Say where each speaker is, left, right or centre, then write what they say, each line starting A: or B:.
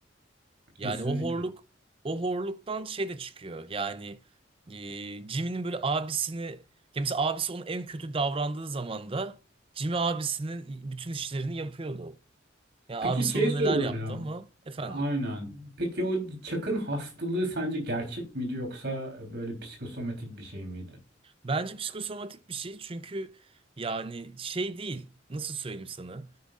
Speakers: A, on the right (about 30°); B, on the right (about 60°).
A: Yani
B: Kesinlikle.
A: o horluk o horluktan şey de çıkıyor. Yani e, Jimmy'nin böyle abisini ya mesela abisi onun en kötü davrandığı zaman da Jimmy abisinin bütün işlerini yapıyordu. Yani
B: Peki
A: abisi
B: şey
A: ona
B: soracağım.
A: neler yaptı ama efendim.
B: Aynen. Peki o Chuck'ın hastalığı sence gerçek miydi yoksa böyle psikosomatik bir şey miydi?
A: Bence psikosomatik bir şey çünkü yani şey değil. Nasıl söyleyeyim sana?